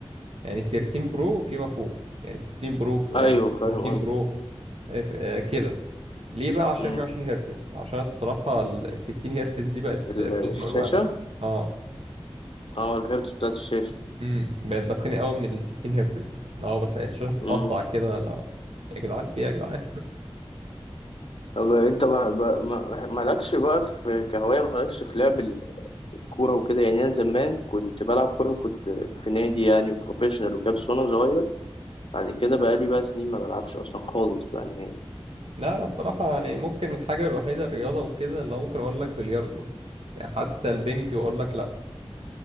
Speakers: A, on the right (about 75°); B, on the left (about 60°).
A: يعني 13 برو فيما فوق يعني 16 برو في
B: ايوه
A: آه
B: فاهم
A: 14
B: قصدي
A: برو آه في- آه كده ليه بقى عشان
B: امم
A: 120 هرتز عشان الصراحة ال 60 هرتز دي بقت
B: ال-
A: بتخنق
B: الشاشة
A: الواحد اه
B: اه الهيرتز بتاعت الشاشة
A: امم بقت بتخنق قوي من ال 60 هرتز اه بح- الشاشة بتقطع
B: امم
A: كده لا يا جدعان في إيه يا جدعان
B: طب انت ما ما- ما- مالكش بقى في كهواية مالكش في لعب الكورة وكده يعني انا زمان كنت بلعب كورة وكنت في نادي يعني بروفيشنال وكده بس وانا صغير بعد كده بقى لي بقى سنين ما بلعبش اصلا خالص بقى نهائي
A: <laughs> لا انا الصراحة يعني ممكن الحاجة الوحيدة الرياضة وكده اللي هو ممكن اقول لك بلياردو يعني حتى البنج اقول لك لا